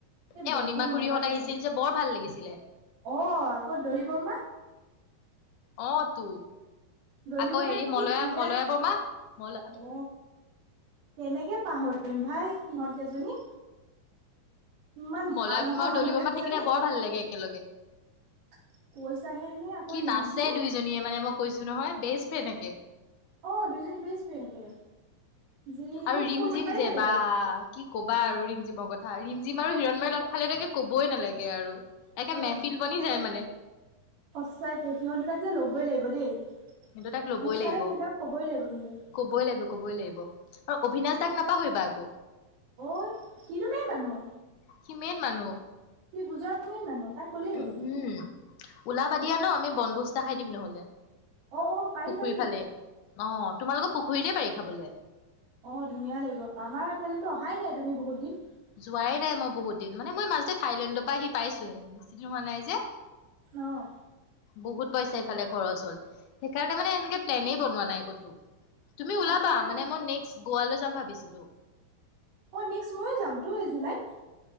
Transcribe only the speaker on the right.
বহুত
মজা
লাগিছে
অ আকৌ দলি বৰ্মা
দলি
বৰ্মাই
কি
ধুনীয়া
অ কেনেকে পাহৰিম ভাই সিহঁত কেইজনী। ইমান
ভাল নহয়
মানুহ
কেইজনী
<unintelligible> আকৌ
ৰিমজিম
অ দুইজনী বেষ্ট ফ্ৰেণ্ডকে যি মোক
ফোন
মাৰি
থাকেতো
অ
চোৱা সিহঁত দুটাক যে ল'বই লাগিব দেই।
ভোজ খালে
সিহঁতক ক'বই লাগিব কিন্তু।
ঐ সি টো মেইন মানু্হ
সি বুজাৰ মেন মানুহ তাক ক'লেই হ'ল
অ অ পাৰি
পাৰি
অ ধুনীয়া লাগিব আমাৰ ইফালে টো অহাই নাই তুমি বহুত দিন
আহ
তাকে তাকে
অ' নেক্সট ময়ে যামতো এই জুলাইত